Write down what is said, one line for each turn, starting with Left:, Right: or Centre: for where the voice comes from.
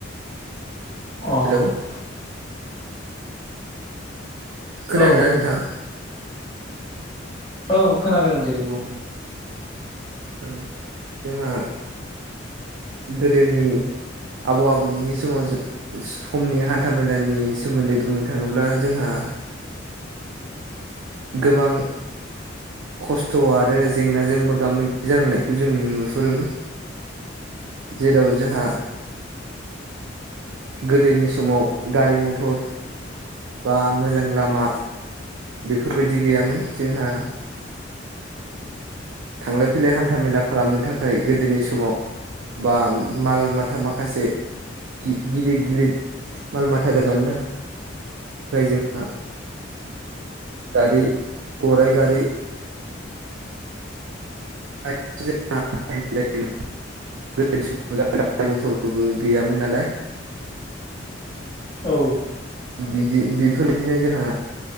Left: अ
Right: हेलौ
Left: ।
Right: खोनादोंना
Left: औ
Right: नोंथां?
Left: औ खोनादों दे बुं ।
Right: औ जोंहा गोदोनि आबौ आबैमोननि समाव जों समनि हान्था मेलानि सोमोन्दै बुंनो थाङोब्ला जोंहा गोबां खस्थ' आरो जेंनाजों मोगा मोगि जांनायखौ जों नुहुरोमोन । जेराव जोंहा गोदोनि समाव गारि मथर बा मोजां लामा बेफोरबायदि गैयामोन जोंहा थांलाय फैलाय हान्था मेला खालामनो थाखाय गोदोनि समाव बा माल माथा माखासे गि-गिदिर गिदिर माल माथा रोगानो थाखाय फ्राय जोंहा गारि गराइ गारि <inaudible> गोदोनि समाव मथरबो गैयामोन नालाय ।
Left: औ ।
Right: बिदि बेफोरबायदिनो जोंहा